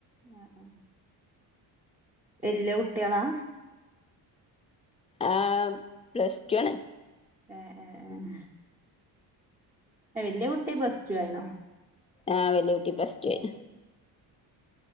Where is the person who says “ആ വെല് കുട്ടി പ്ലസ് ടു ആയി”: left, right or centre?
Left